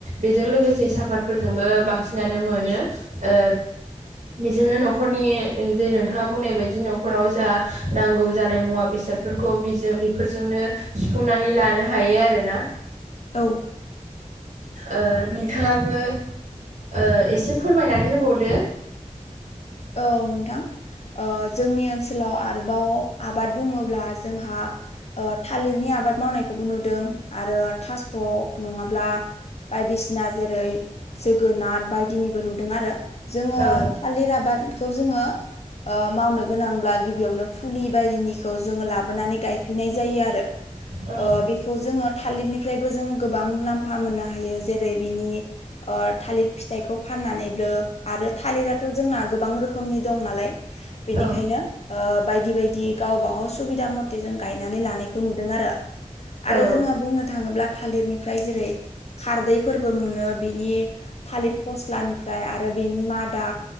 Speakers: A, on the right; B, on the left.
A: बेजों लोगोसे साफातफोरजोंबो बांसिनानो मोनो। ओ बेजोंनो नखरनि ओ जे नोंथाङा बुंनाय बायदि नखराव जा नांगौ जानाय मुवा बेसादफोरखौ बिजो बिफोरजोंनो सुफुंनानै लानो हायो आरो ना।
B: औ
A: ओ नोंथाङाबो ओ एसे फोरमायनानै होबावदो।
B: औ नोंथां। अ जोंनि ओनसोलाव आरोबाव आबाद बुङोब्ला जोंहा ओ थालिरनि आबाद मावनायखौबो नुदों आरो थास' नङाब्ला बायदिसिना जेरै जोगोनार बायदिनि नुदों आरो। जोङो
A: औ
B: थालिर आबादखौ जोङो ओ मावनो गोनांब्ला गिबियावनो फुलि बायदिनिखौ जोङो लाबोनानै गायफैनाय जायो आरो।
A: औ
B: ओ बे बेखौ जोङो थालिरनिफ्रायबो जों गोबां मुलाम्फा मोननो हायो जेरै बिनि ओ थालिर फिथाइखौ फाननानैबो आरो थालिराथ' जोंना गोबां रोखोमनि दं नालाय बेनिखायनो
A: औ
B: ओ बायदि बायदि गावबागाव सुबिदा मथे जों गायनानै लानायखौ नुदों आरो। आरो
A: औ
B: जोङो बुंनो थाङोब्ला थालिरनिफ्राय जेरै खारदैफोरबो मोनो बिनि थालिर फस्लानिफ्राय आरो बेनि मादा